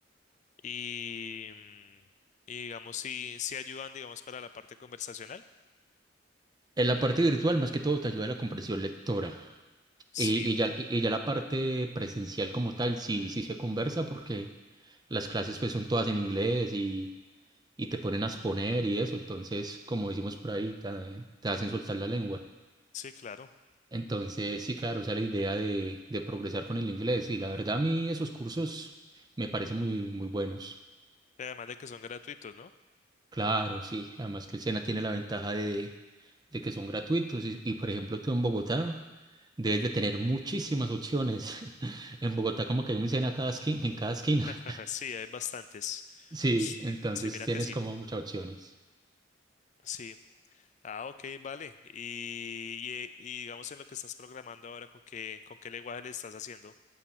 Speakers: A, on the left; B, on the right.
A: y, mm, y digamos si, si ayudan, digamos, para la parte conversacional,
B: En la parte virtual, más que todo, te ayuda la comprensión lectora.
A: sí,
B: Y, y ya, y ya la parte presencial como tal, sí, sí se conversa porque las clases pues son todas en inglés y, y te ponen a exponer y eso, entonces como decimos por ahí, te, te hacen soltar la lengua.
A: sí, claro,
B: Entonces sí, claro, esa es la idea de, de progresar con el inglés y la verdad a mí esos cursos me parecen muy, muy buenos.
A: además de que son gratuitos, ¿no?
B: Claro, sí. Además que el Sena tiene la ventaja de, de que son gratuitos y, y, por ejemplo tú en Bogotá debes de tener muchísimas opciones. <laughs> En Bogotá como que hay un Sena cada esquina, en cada esquina.
A: <laughs>
B: <laughs>
A: Sí, hay bastantes.
B: Sí, entonces
A: Sí, mira
B: tienes
A: que sí,
B: como muchas opciones.
A: sí. Ah, ok, vale. Y, y- eh, y digamos en lo que estás programando ahora, ¿con qué, con qué lenguaje le estás haciendo?